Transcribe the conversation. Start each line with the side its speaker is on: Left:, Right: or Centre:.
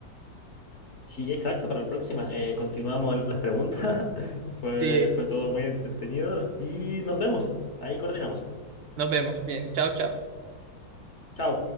Left: Sí, exacto, para la próxima. Eh, continuamos las preguntas. <laughs> Fue,
Right: Sí,
Left: fue todo muy entretenido y nos vemos. Ahí coordinamos.
Right: nos vemos. Bien, chao, chao.
Left: Chao.